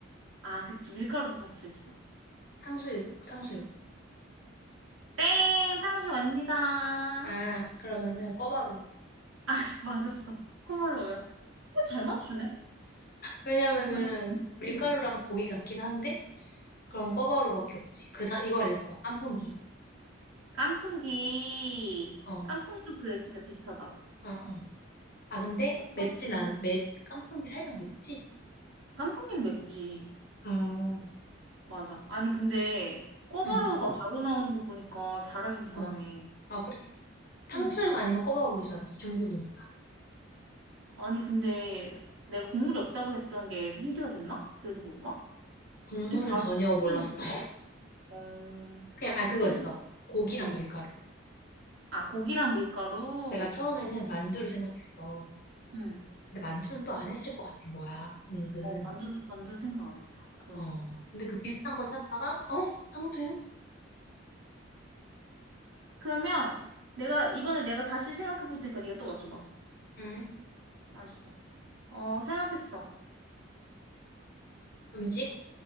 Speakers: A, on the right (about 80°); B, on the left (about 50°).
A: 아, 그치. 밀가루도 같이 있어.
B: 탕수육, 탕수육.
A: 땡! 탕수육 아닙니다. 아,
B: 아, 그러면은 꿔바로.
A: <laughs> 씨, 맞았어. 코바로우야. 어, 잘 맞추네?
B: 왜냐면은
A: 잘 맞추네?
B: 밀가루랑
A: 오.
B: 고기 같긴 한데 그럼 꿔바로밖에 없지. 그다 이거 알렸어. 깐풍기.
A: 깐풍기.
B: 어,
A: 깐풍기도 그래, 진짜 비슷하다.
B: 아, 응. 아 근데
A: 꼬바.
B: 맵진 않,
A: 응.
B: 맵 깐풍기 살짝 맵지?
A: 깐풍기는 맵지.
B: 음,
A: 맞아. 아니, 근데 꼬바로우가
B: 응,
A: 바로 나오는 거 보니까 잘하긴 잘하네.
B: 어. 아 그래? 탕수육
A: 응.
B: 아니면 꿔바로우잖아 중국이니까.
A: 아니, 근데 내가 국물이 없다고 했던 게 힌트가 됐나? 그래서 그런가?
B: 국물은
A: 어떻게 바로
B: 전혀
A: 딱 그쪽으로
B: 몰랐어.
A: 가?
B: <laughs>
A: 어,
B: 그냥, 아, 그거였어.
A: 그럼
B: 고기랑
A: 뭐,
B: 밀가루.
A: 아, 고기랑 밀가루?
B: 내가 처음에는 만두를 생각했어.
A: 응
B: 근데 만두는 또 안 했을 것 같은 거야. 은근.
A: 어, 만두, 만두 생각 안 했다. 그러네.
B: 어. 근데 그 비슷한 걸 찾다가, 어? 탕수육?
A: 그러면 내가, 이번에 내가 다시 생각해 볼 테니까 네가 또 맞춰봐.
B: 응.
A: 알았어. 어, 생각했어.
B: 음식?